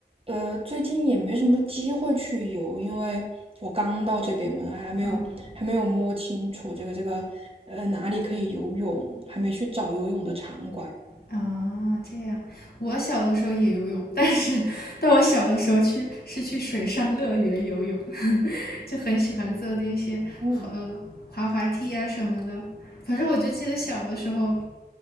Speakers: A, on the right (about 35°); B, on the left (about 65°).
A: 呃最近也没什么机会去游，因为我刚到这边嘛，还还没有还没有摸清楚这个这个呃哪里可以游泳，
B: 嗯，
A: 还没去找游泳的场馆。
B: 啊，这样，我小的时候也游泳，但是但我小的时候去是去水上乐园游泳，<laughs> 就很喜欢坐那些呃滑滑梯啊什么的。
A: 嗯，
B: 反正我就记得小的时候，